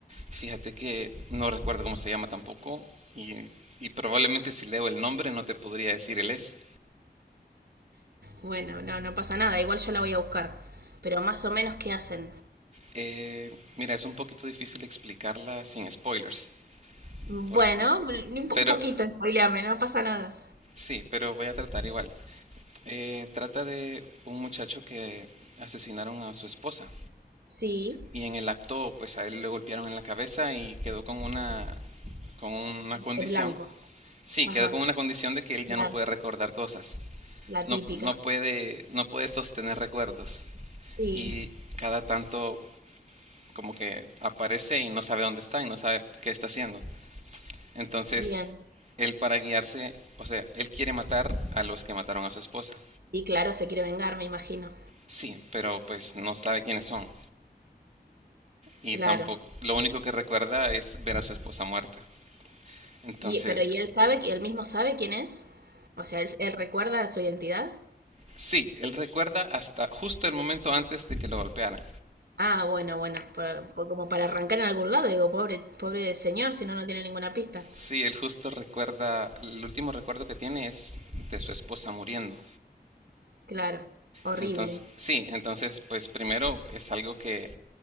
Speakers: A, on the right (about 40°); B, on the right (about 65°).
A: Fíjate que no recuerdo cómo se llama tampoco y, y probablemente si leo el nombre no te podría decir él es.
B: Bueno, no, no pasa nada, igual yo la voy a buscar. Pero más o menos, ¿qué hacen?
A: Eh, mira, es un poquito difícil explicarla sin spoilers,
B: Bueno,
A: porque,
B: un po-
A: pero
B: un poquito, spoileame, no pasa nada.
A: sí, pero voy a tratar igual. Eh, trata de un muchacho que asesinaron a su esposa
B: Sí,
A: y en el acto pues a él le golpearon en la cabeza y quedó con una con una condición.
B: en blanco.
A: Sí,
B: Ajá,
A: quedó con una condición de que él
B: claro,
A: ya no puede recordar cosas.
B: la
A: No,
B: típica.
A: no puede no puede sostener recuerdos
B: Sí,
A: y cada tanto como que aparece y no sabe dónde está y no sabe qué está haciendo. Entonces,
B: bien.
A: él para guiarse, o sea, él quiere matar a los que mataron a su esposa.
B: Y claro, se quiere vengar, me imagino.
A: Sí, pero pues no sabe quiénes son y
B: Claro.
A: tampoco lo único que recuerda es ver a su esposa muerta. Entonces,
B: Y, pero ¿y él sabe, y él mismo sabe quién es? O sea, ¿él, él recuerda su identidad?
A: Sí, él recuerda hasta justo el momento antes de que lo golpearan.
B: Ah, bueno, bueno, pa- pa- como para arrancar en algún lado, digo, pobre, pobre señor, si no, no tiene ninguna pista.
A: Sí, él justo recuerda, el último recuerdo que tiene es de su esposa muriendo.
B: Claro, horrible.
A: Entonces, sí, entonces pues primero es algo que